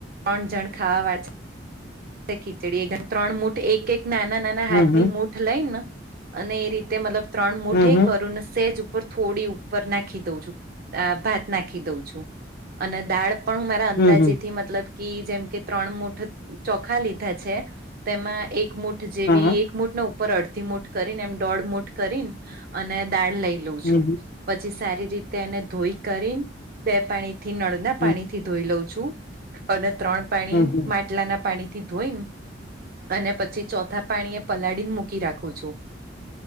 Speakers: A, on the right (about 50°); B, on the left (about 55°).
A: ત્રણ જણ ખાવાવાળા છે. ખીચડી એકમાં ત્રણ મૂઠ, એક-એક નાના નાના
B: હમ
A: હાથની મૂઠ. લઈને, અને એ રીતે મતલબ ત્રણ મુઠે
B: હમ હમ
A: કરું ને, સેજ. થોડી ઉપર નાખી દઉં છું, ભાત નાખી દઉં છું અને દાળ. પણ હું મારા અંદાજેથી,
B: હમ
A: મતલબ કે જેમ કે ત્રણ મૂઠ. ચોખા લીધા છે, તેમાં એક મુઠ જેવી
B: હમ
A: એક. મૂઠ ને ઉપર અડધી મૂઠ કરીને એમ દોઢ મુૂઠ કરી અને દાળ લઈ લઉં
B: હમ
A: છું.
B: હા હા
A: પછી સારી રીતે એને ધોઈ કરી, બે પાણીથી, નળના
B: હમ હમ
A: પાણી થી. ધોઈ લઉં છું અને ત્રણ પાણી
B: હમ હમ હમ
A: માટલાના. પાણીથી ધોઈને અને પછી ચોથા પાણી એ પલાળીને મૂકી રાખું છું.